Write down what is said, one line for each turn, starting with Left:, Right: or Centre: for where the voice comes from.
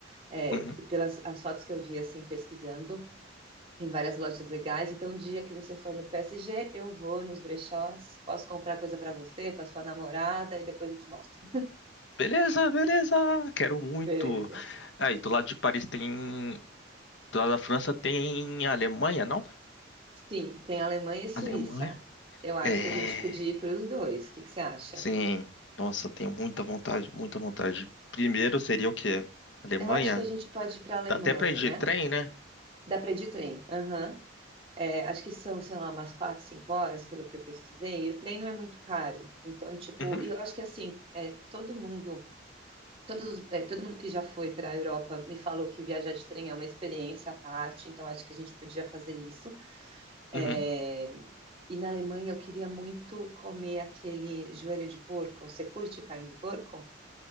Right: é,
Left: uhum.
Right: pelas as fotos que eu vi, assim, pesquisando, tem várias lojas legais, então, o dia que você for no PSG, eu vou nos brechós, posso comprar coisa para você, para sua namorada e depois eu te mostro.
Left: Beleza, beleza. Quero muito.
Right: <laughs> Beleza.
Left: Aí, do lado de Paris tem, do lado da França tem a Alemanha, não?
Right: Sim, tem Alemanha e Suíça.
Left: Alemanha?
Right: Eu acho
Left: É.
Right: que a gente podia ir para os dois, o que que você acha?
Left: Sim. Nossa, tenho muita vontade, muita vontade. Primeiro seria o quê? Alemanha?
Right: Eu acho que a gente pode ir para a Alemanha.
Left: Dá até pra ir de trem, né?
Right: Dá para ir de trem. Aham. É, acho que são, sei lá, umas quatro, cinco horas, pelo que eu pesquisei, e o trem não é muito caro. Então, tipo,
Left: Uhum,
Right: e eu acho que assim, é, todo mundo, todos, os- é, todo mundo que já foi para a Europa me falou que viajar de trem é uma experiência à parte, então acho que a gente podia fazer isso. É,
Left: uhum.
Right: e na Alemanha eu queria muito comer aquele joelho de porco. Você curte carne de porco?